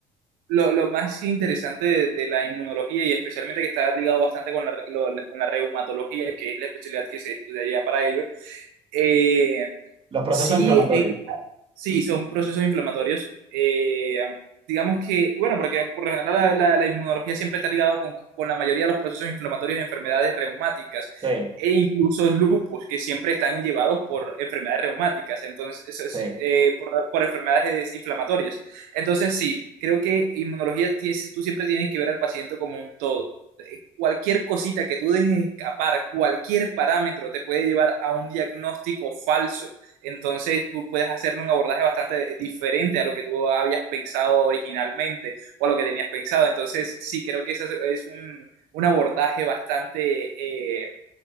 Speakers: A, on the right; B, on the right.
A: lo, lo más interesante de, de la inmunología y especialmente que está ligado bastante con la, re- lo- la- con la reumatología, que es la especialidad que se estudia ya para ello, eh,
B: Los procesos
A: Sí,
B: inflamatorios.
A: eh, sí, son procesos inflamatorios. Eh, digamos que, bueno, porque por lo general la, la- la inmunología siempre está ligada con, con la mayoría de los procesos inflamatorios de enfermedades reumáticas
B: Sí,
A: e incluso lupus, que siempre están llevados por enfermedades reumáticas, entonces, eso es,
B: sí.
A: eh, por, por enfermedades inflamatorias. Entonces, sí, creo que inmunología, tienes- tú siempre tienes que ver al paciente como un todo. Eh, Cualquier cosita que tú dejes escapar, cualquier parámetro te puede llevar a un diagnóstico falso entonces tú puedes hacer un abordaje bastante diferente a lo que tú habías pensado originalmente o a lo que tenías pensado. Entonces sí, creo que ese es es un, un abordaje bastante eh,